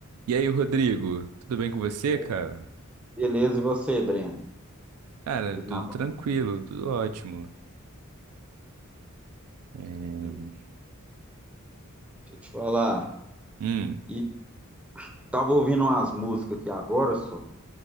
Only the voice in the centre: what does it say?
E
aí, Beleza, e você, Breno?
Tudo
na paz?
Aí, Deixa eu te falar.
E tava ouvindo umas músicas aqui agora, só.